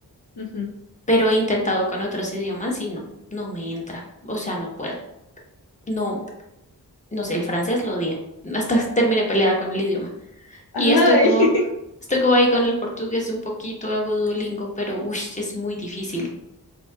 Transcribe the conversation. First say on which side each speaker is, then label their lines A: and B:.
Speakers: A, on the left (about 70°); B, on the left (about 20°).
A: Ujú.
B: Pero he intentado con otros idiomas y no, no me entra. O sea, no puedo. No, no sé, el francés lo odié. <laughs> Hasta terminé peleada con el idioma. Y
A: Ay,
B: estoy como,
A: <laughs>
B: estoy como ahí con el portugués un poquito, hago Duolingo, pero uy, es muy difícil.